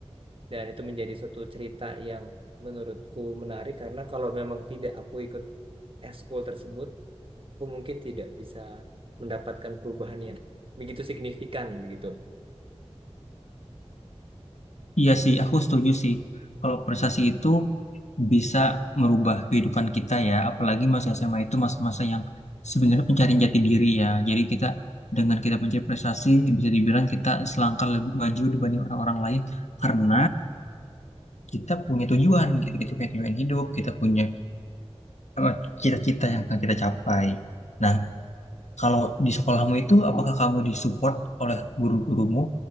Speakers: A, on the right; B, on the left.
A: Dan itu menjadi suatu cerita yang menurutku menarik karena kalau memang tidak aku ikut eskul tersebut, aku mungkin tidak bisa mendapatkan perubahan yang begitu signifikan begitu.
B: Iya sih, aku setuju sih. Kalau prestasi itu bisa merubah kehidupan kita ya, apalagi masa SMA itu masa-masa yang sebenarnya pencarian jati diri ya. Jadi kita dengan kita mencari prestasi bisa dibilang kita selangkah lebih maju dibanding orang-orang lain karena kita punya tujuan, gitu. kita punya tujuan hidup, kita punya eh, cita-cita yang akan kita capai. Nah, kalau di sekolahmu itu apakah kamu disupport oleh guru-gurumu